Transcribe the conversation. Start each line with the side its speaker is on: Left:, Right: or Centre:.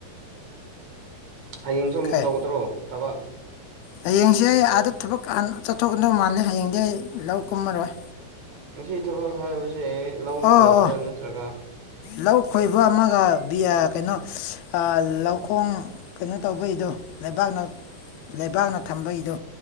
Right: ꯍꯌꯦꯡꯁꯨ ꯑꯃꯨꯛ
Left: ꯀꯩ
Right: ꯇꯧꯒꯗ꯭ꯔꯣ ꯊꯕꯛ
Left: ꯍꯌꯦꯡꯁꯦ ꯑꯩ ꯑꯥꯗ ꯊꯕꯛ ꯆꯠꯊꯣꯛꯀꯗꯧ ꯃꯥꯜꯂꯦ ꯍꯌꯦꯡꯗꯤ ꯑꯩ ꯂꯧ ꯀꯨꯝꯃꯔꯣꯏ
Right: ꯉꯁꯤ ꯊꯕꯛ ꯍꯥꯏꯕꯁꯦ ꯂꯧ
Left: ꯑꯣ
Right: ꯈꯣꯏꯕ꯭ꯔꯥ
Left: ꯑꯣ
Right: ꯅꯠꯇ꯭ꯔꯒ
Left: ꯂꯧ ꯈꯣꯏꯕ ꯑꯃꯒ ꯀꯩꯅꯣ ꯂꯧꯈꯣꯡ ꯀꯩꯅꯣ ꯇꯧꯕꯩ ꯑꯣ ꯂꯩꯕꯥꯛꯅ ꯂꯩꯕꯥꯛꯅ ꯊꯝꯕꯩꯗꯣ